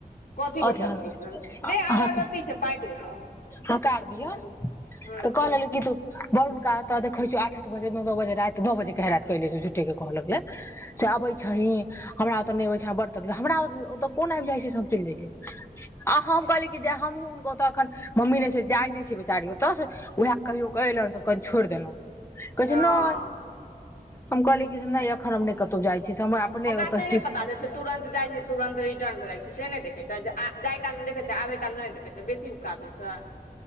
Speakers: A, on the left; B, on the left.
A: कथी बड़का
B: अथि-ह-अहाँके
A: दीदी रे अगरबत्ती छै पाकि जेतौ
B: हकार दिअ
A: ह
B: तऽ कहऽ लगलै कि तू वरुणका ओतऽ देखै छियौ आठ-आठ दो बजे स न बजे रैत तऽ नओ बजेके हैरात कहि लै छी झुठेके कहऽ लगलै से अबै छहीं हमरा ओतऽ नहि अबै छह ब्रतक हमरा ओतऽ कोन आबि जाइ छै से हम चलि जइयै आ हम कहलियै कि जे हमहूँ हुनको ओतऽ एखन मम्मी नहि से जाइ नहि छै बेचारी ओतऽ वएह कहियओ क अलनि तऽ कनि छोड़ि देलहुँ कहै
A: हँ
B: छै नहि हम कहली कि से नहि यखन हमने कतहु जाइ छी से हमरा अपने
A: ओकरा
B: ओतऽ
A: से नहि पता चइ छै तुरन्त जाइ छै तुरन्त रिटर्न भए जाइ छै से नहि देखैत छ जाय काल मे देखैत छ आबे काल मे नहि देखैत छ बेसी उकाब छ